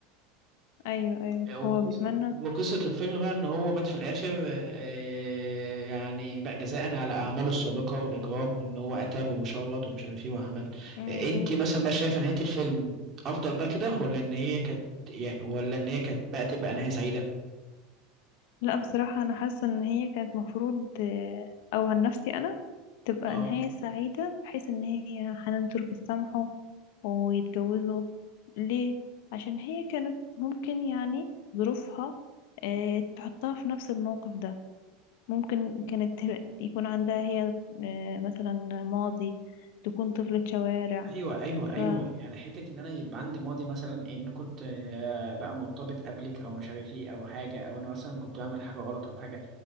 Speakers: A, on the left; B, on the right.
A: ايوه ايوه فهو
B: آه، وقص-
A: بيتمنى
B: وقصة الفيلم بقى ان هو مات في الاخر آه يعني بقى جزاء على اعماله السابقة والاجرام وان هو قتل وشرد ومش عارف ايه وعمل
A: امم
B: آه انت مثلا بقى شايفه نهاية الفيلم افضل بقى كده ولا ان هي كانت يا- ولا ان هي كانت بقى تبقى نهاية سعيدة؟
A: لا بصراحة أنا حاسة إن هي كانت مفروض آه، أو عن نفسي أنا تبقى
B: اه
A: نهاية سعيدة بحيث إن هي حنان ترك تسامحه ويتجوزوا ليه؟ عشان هي كانت ممكن يعني ظروفها آه، تحطها في نفس الموقف ده ممكن كانت ت- يكون عندها هي آه، مثلا ماضي تكون طفلة شوارع
B: ايوه ايوه ايوه
A: ف
B: يعني حته ان انا يبقى عندي ماضي مثلا ان انا كنت آه، بقى مرتبط قبلك او مش عارف ايه او حاجه او انا مثلا كنت بعمل حاجه غلط او حاجه